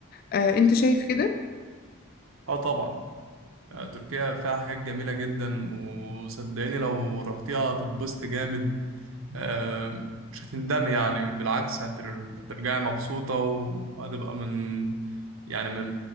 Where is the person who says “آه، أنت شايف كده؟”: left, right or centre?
Left